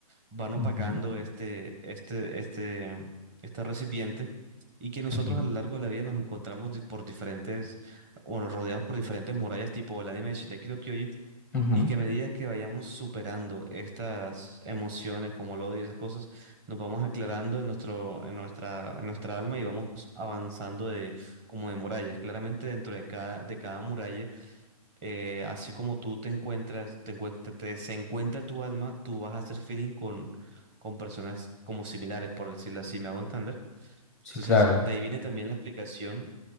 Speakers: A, on the right (about 20°); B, in the centre.
A: van opacando
B: ujú,
A: este, este, este, este recipiente. Y que nosotros
B: ujú,
A: a lo largo de la vida nos encontramos di- por diferentes, bueno, rodeados por diferentes murallas, tipo el anime de Shingeki no Kyojin,
B: ujú.
A: y que a medida que vayamos superando estas emociones como el odio y esas cosas, nos vamos aclarando en nuestro, en nuestra, en nuestra alma y vamos avanzando de, como de murallas. Claramente dentro de cada, de cada muralla, eh, así como tú te encuentras, te encuentra- te- se encuentra tu alma, tú vas a hacer feeling con, con personas como similares, por decirlo así, ¿me hago entender?
B: Sí,
A: Entonces,
B: claro.
A: de ahí viene también la explicación